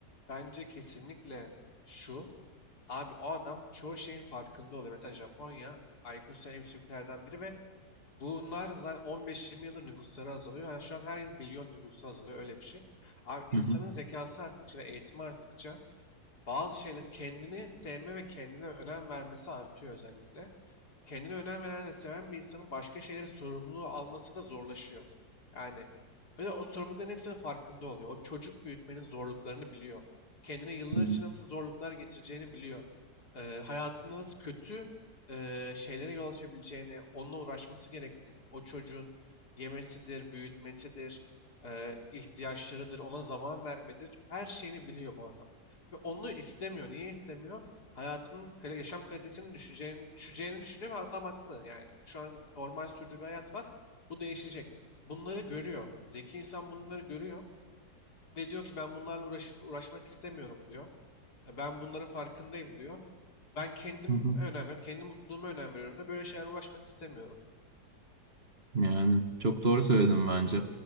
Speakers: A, on the left; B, on the right.
A: Bence kesinlikle şu. Abi o adam çoğu şeyin farkında oluyor. Mesela Japonya IQ'su en yüksek biri ve bunlar zaten 15-20 yıldır nüfusları azalıyor. Hani şu an her yıl milyon nüfusu azalıyor öyle bir şey. Abi insanın
B: Hı hı.
A: zekası arttıkça, eğitimi arttıkça bazı şeyler kendini sevme ve kendine önem vermesi artıyor özellikle. kendine önem veren ve seven bir insanın başka şeylere sorumluluğu alması da zorlaşıyor. Yani öyle o sorumlulukların hepsinin farkında oluyor. O çocuk büyütmenin zorluklarını biliyor. Kendine yıllar
B: Hı hı.
A: içinde nasıl zorluklar getireceğini biliyor. Eee, hayatında nasıl kötü eee, şeylere yol açabileceğini, onunla uğraşması gerektiğini, o çocuğun yemesidir, büyütmesidir, eee, ihtiyaçlarıdır, ona zaman vermedir, her şeyini biliyor bu adam. Ve onu istemiyor. Niye istemiyor? hayatının kale- yaşam kalitesinin düşeceğini, düşeceğini düşünüyor ve adam haklı yani. Şu an normal sürdüğü bir hayat var. Bu değişecek. Bunları görüyor. Zeki insan bunları görüyor ve diyor ki ben bunlarla uğraş, uğraşmak istemiyorum diyor. "E, Ben bunların farkındayım diyor. Ben kendim
B: Hı hı.
A: önem veriyorum. Kendi mutluluğuma önem veriyorum da böyle şeylerle uğraşmak istemiyorum.
B: Yani çok doğru söyledim bence.